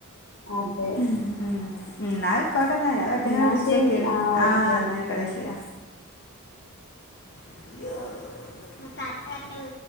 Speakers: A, on the left; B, on the left.
A: അതെ
B: ഉമ് ഉമ് ഇന്നാ ആയിക്കോട്ടെ എന്നാ ഞാൻ വെറുതെ
A: എന്നാ
B: അങ്ങനെ വിളിച്ചു
A: ശരി
B: നോകിയെനി ആഹ്
A: ഓക്കെ
B: എന്നായിക്കോട്ടെ
A: ഓക്കെ ഉം
B: ശരി. യോ